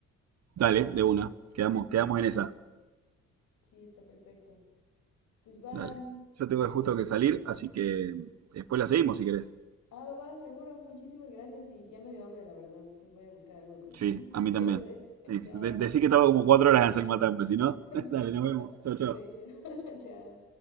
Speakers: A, on the right; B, on the left.
A: Dale,
B: Porque está
A: de
B: buenísimo,
A: una. Quedamos,
B: así.
A: quedamos en esa.
B: Sí, está perfecto. Pues va,
A: Dale.
B: mm,
A: Yo tengo
B: eh,
A: justo que salir, así que después la seguimos si querés.
B: ah, va, va, seguro. Muchísimas gracias y ya me dio hambre, la verdad. Entonces voy a buscar algo de comer.
A: Sí,
B: <laughs>
A: a mí
B: Cuídate.
A: también.
B: <laughs>
A: Sí,
B: Chao.
A: de- Decí que tardo como cuatro horas en hacer el matambre, si no,
B: <laughs> No,
A: <laughs> dale, nos vemos. Chau, chau.
B: de hecho, <laughs> chao.